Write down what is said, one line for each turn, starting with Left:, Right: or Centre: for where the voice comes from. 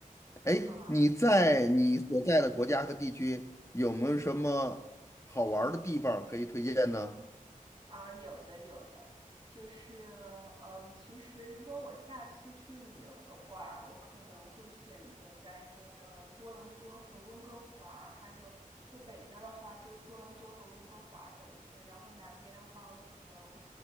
Left: 哎，
Right: 啊啊行。
Left: 你在你所在的国家和地区有没有什么好玩儿的地方可以推荐呢？
Right: 啊，有的有的，就是，嗯，其实如果我下次去旅游的话，我可能会选择在那个多伦多和温哥华，还有就北边的话，就多伦多和温哥华走一圈，然后南边的话，我可能